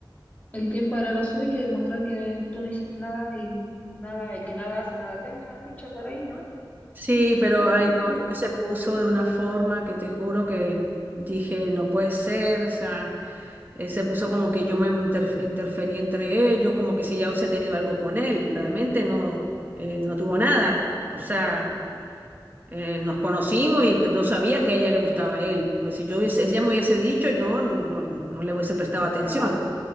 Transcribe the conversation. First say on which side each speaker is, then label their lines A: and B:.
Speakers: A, on the left (about 20°); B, on the right (about 25°).
A: el tiempo hará lo suyo y mostrar que tú no hiciste nada y nada, el que nada hace, nada teme, han dicho por ahí, ¿no?
B: Sí, pero
A: Así
B: ay no,
A: que,
B: ella se puso de una forma que te juro que dije, no puede ser, o sea. Eh, se puso como que yo me inter- interferí entre ellos, como que si ya hubiese tenido algo con él. Realmente no, eh, no tuvo nada. O sea, eh, nos conocimos y no sabía que a ella le gustaba a él. Pues si yo hubiese, si ella me hubiese dicho, yo no, no le hubiese prestado atención.
A: claro,